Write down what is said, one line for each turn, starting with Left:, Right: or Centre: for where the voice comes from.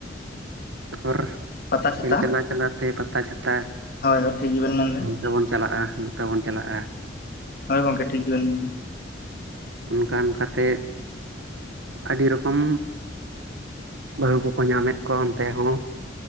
Right: ᱛᱟᱯᱚᱨ
Left: ᱯᱟᱛᱟ ᱪᱷᱟᱛᱟ
Right: ᱠᱷᱮᱞ ᱪᱟᱞᱟᱣ ᱪᱟᱞᱟᱣ ᱛᱮ ᱯᱟᱛᱟ ᱪᱷᱟᱛᱟ
Left: ᱦᱳᱭ ᱦᱳᱭ ᱴᱷᱤᱠ ᱜᱮᱵᱮᱱ ᱢᱮᱱ ᱫᱟ᱾
Right: ᱛᱮᱵᱚᱱ ᱪᱟᱞᱟᱜᱼᱟ ᱱᱚᱛᱮ ᱵᱚᱱ ᱪᱟᱞᱟᱜᱼᱟ᱾
Left: ᱦᱳᱭ ᱜᱚᱢᱠᱮ ᱴᱷᱤᱠ ᱜᱮᱵᱤᱱ ᱢᱮᱱ
Right: ᱚᱱᱠᱟ ᱚᱱᱠᱟ ᱛᱮ ᱟᱹᱰᱤ ᱨᱚᱠᱚᱢ ᱵᱟᱦᱩ ᱠᱚᱠᱚ ᱧᱟᱢᱮᱫ ᱠᱚᱣᱟ ᱚᱱᱛᱮ ᱦᱚᱸ᱾